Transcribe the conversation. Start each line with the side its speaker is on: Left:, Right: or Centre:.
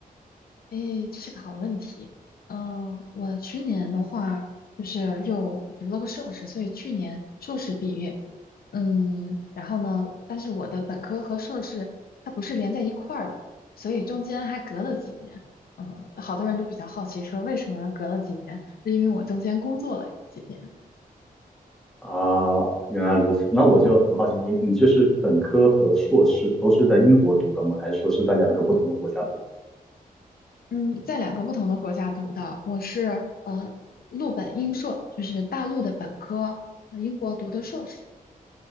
Left: 哎，这是个好问题。嗯，我去年的话，就是又读了个硕士，所以去年硕士毕业。嗯，然后呢，但是我的本科和硕士它不是连在一块儿的，所以中间还隔了几年。嗯，好多人都比较好奇说为什么隔了几年，是因为我中间工作了几年。
Centre: 啊，原来如此，那我就很好奇，
Left: 嗯
Centre: 你你就是本科和硕士都是在英国读的吗？还是说是在两个不同的国家读的？
Left: 嗯，在两个不同的国家读的，我是呃陆本英硕，就是大陆的本科，呃英国读的硕士。